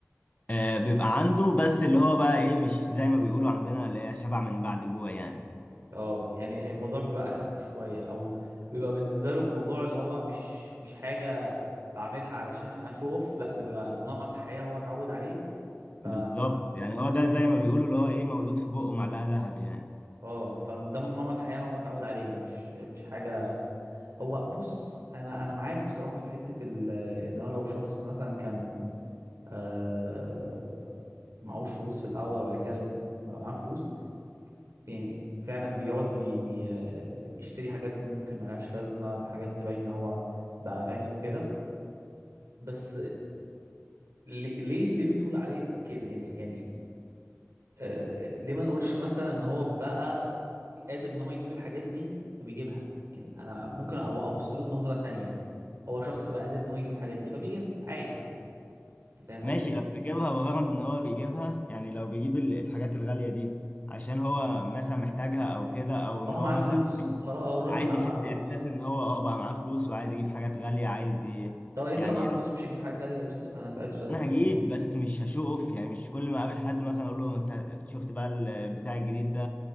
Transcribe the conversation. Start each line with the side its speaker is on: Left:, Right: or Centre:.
Left: آه، بيبقى عنده بس اللي هو بقى ايه مش زي ما بيقولوا عندنا اللي هي شبع من بعد جوع يعني
Right: اه يعني الموضوع بيبقى اخف شويه او بيبقى بالنسبه له الموضوع اللي هو مش مش حاجه بعملها علشان اشوف اوف لا ده بيبقى نمط حياه هو اتعود عليه ف
Left: بالظبط يعني هو ده زي ما بيقولوا اللي هو ايه مولود في بقه معلقة ذهب يعني
Right: اه فده من نمط حياه هو متعود عليه مش مش حاجه هو بص انا انا معاك بصراحه في حته ال... ان هو لو شخص مثلا كان آه... معهوش فلوس في الاول بعد كده بقى معاه فلوس يعني فعلا بيقعد ي- يشتري حاجات ممكن ملهاش لازمة بحاجات تبين ان هو بقى غني وكده بس ليه ليه ليه بتقول عليه كده يعني يعني آه ليه ما نقولش مثلا ان هو بقى قادر ان هو يجيب الحاجات دي فبيجيبها يعني انا ممكن أ- ابص له بنظرة تانية هو شخص بقى قادر ان هو يجيب الحاجات دي فبيجيبها عادي يعني انت فاهم
Left: ماشي
Right: قصدي؟
Left: لو بيجيبها بغرض ان هو بيجيبها يعني لو بيجيب ال- الحاجات الغالية دي عشان هو مثلا محتاجها او كده او ان
Right: ما هو
Left: هو
Right: معاه
Left: مثلا
Right: فلوس خلاص آه، الراجل
Left: عايز
Right: بقى
Left: يحس
Right: معاه فلوس
Left: احساس ان هو اه بقى معاه فلوس وعايز يجيب حاجات غالية عايز ي...
Right: طب انت
Left: يعني
Right: لو معاك فلوس مش هتجيب حاجة غالية يا يوسف انا هسألك سؤال
Left: انا
Right: اهو
Left: هجيب بس مش هشو اوف يعني مش كل ما اقابل حد مثلا اقول له انت شفت بقى البتاع الجديد ده